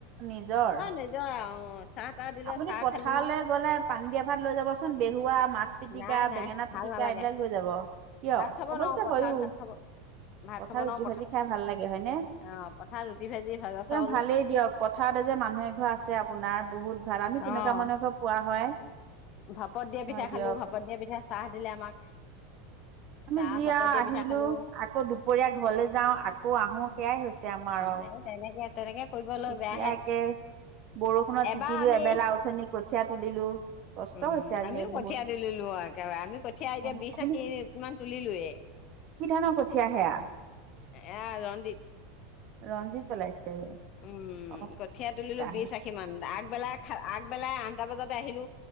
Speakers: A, on the right; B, on the left.
A: নিজৰ?
B: নিজৰ অ', চাহ তাহ দিলে
A: আপুনি
B: চাহ
A: পথাৰলে
B: খালো
A: গ'লে পানী দিয়া ভাত লৈ যাবচোন বেহুৱা মাছ পিতিকা,
B: নাই নাই
A: বেঙেনা
B: ভাল
A: পিতিকা
B: নালাগে
A: এইবিলাক লৈ যাব। কিয়?
B: ভাত খাব
A: অৱশ্যে
B: নোৱাৰো পথাৰত
A: হয়ো।
B: ভাত খাব ভাত
A: পথাৰত
B: খাব নোৱাৰো
A: ৰুটি ভাজি খায় ভাল লাগে হয়নে?
B: অ', পথাৰত ৰুটি ভাজি ভজা
A: তেওঁ
B: চাউল
A: ভালেই দিয়ক প পথাৰতে যে মানুহ এঘৰ আছে আপোনাৰ বহুত ভাল আমি তেনেকুৱা
B: অঁ,
A: মানুহ এঘৰ পোৱা হয়
B: ভাপত দিয়া পিঠা
A: হয়
B: খালোঁ,
A: দিয়ক
B: ভাপত দিয়া পিঠা। চাহ দিলে আমাক।
A: আমি
B: চাহ
A: যি
B: ভাপত
A: আও
B: দিয়া
A: আহিলো,
B: পিঠা খালো
A: আকৌ দুপৰীয়া ঘৰলে যাওঁ আকৌ আহো সেয়াই হৈছে। আমাৰ আৰু
B: যে তেনেকে, তেনেকে কৰিবলৈ
A: এতিয়া
B: বেয়াহে।
A: একে বৰষুণত
B: এবাৰ
A: তিতিলো
B: আমি
A: এবেলা অথনী কঠীয়া তুলিলো। কষ্ট
B: উম'
A: হৈছে আজি
B: আমিও কঠীয়া
A: বহুত
B: তুলিলো আও একেবাৰে, আমি কঠীয়া এতিয়া
A: অ
B: বিশ
A: আপুনি
B: আশি মান তুলিলোয়ে।
A: কি ধানৰ কঠীয়া সেয়া?
B: এয়া ৰঞ্জিত
A: ৰঞ্জিত পেলাইছে।
B: উম'
A: অ
B: কঠীয়া তুলিলো
A: অ
B: বিশ আশী মান, আগবেলাক আগবেলাই আঠটা বজাতে আহিলো